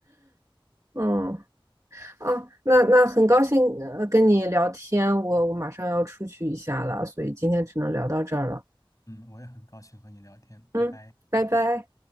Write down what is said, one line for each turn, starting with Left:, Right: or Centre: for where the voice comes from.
Right: 嗯，啊，那那很高兴呃跟你聊天，我我马上要出去一下了，所以今天只能聊到这儿了。
Left: 嗯，我也很高兴和你聊天，拜拜。
Right: 嗯，拜拜。